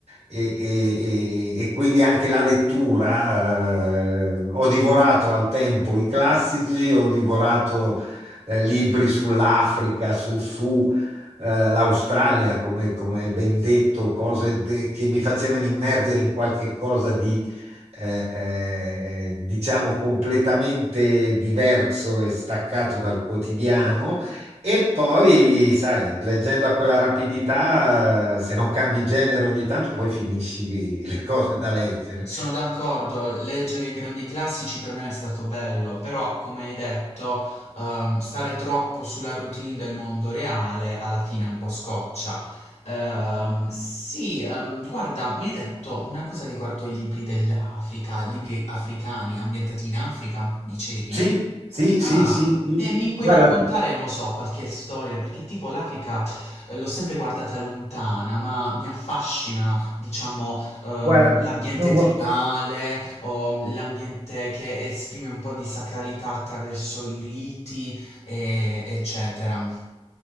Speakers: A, on the right; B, on the left.
A: e, e- e- e quindi anche la lettura. eh, ho divorato al tempo i classici, ho divorato eh, libri sull'Africa, su, su, eh, l'Australia, come, come ben detto, cose de- che mi facevano immergere in qualche cosa di eh, eh, diciamo completamente diverso e staccato dal quotidiano. E poi, sai, leggendo a quella rapidità, eh, se non cambi genere ogni tanto, poi finisci <laughs> le cose da leggere.
B: Sono d'accordo, leggere i grandi classici per me è stato bello, però come hai detto, ehm, stare troppo sulla routine del mondo reale alla fine è un po' scoccia. Ehm, sì, ehm, guarda, mi hai detto una cosa riguardo i libri dell'Africa, libri africani ambientati in Africa, dicevi?
A: Sì, sì,
B: Ah,
A: sì, sì. sì.
B: e mi puoi
A: Guarda,
B: raccontare, non lo so, qualche storia? Perché tipo l'Africa eh, l'ho sempre guardata lontana, ma mi affascina, diciamo, ehm,
A: guarda,
B: l'ambiente
A: non
B: tribale
A: vo-
B: o mm, l'ambiente che esprime un po' di sacralità attraverso i riti, e- eccetera.